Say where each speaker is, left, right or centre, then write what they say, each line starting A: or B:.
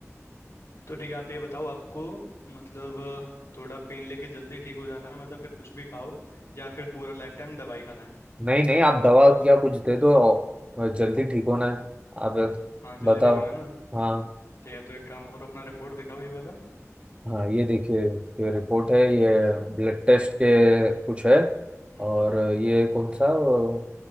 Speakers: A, on the left; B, on the right.
A: तो ठीक है आप ये बताओ आपको मतलब थोड़ा पेन लेके जल्दी ठीक हो जाना है मतलब फिर कुछ भी खाओ या फिर पूरा लाइफ टाइम दवाई खाना है
B: नहीं नहीं आप दवा या कुछ दे दो और जल्दी ठीक होना है आप
A: हाँ जल्दी
B: बताओ
A: ठीक होना है ना
B: हाँ
A: ठीक है तो एक काम करो अपना रिपोर्ट दिखाओ ये वाला
B: हाँ ये देखिए ये रिपोर्ट है
A: हम्म
B: ये ब्लड टेस्ट के कुछ है
A: हम्म
B: और ये कौन सा वो,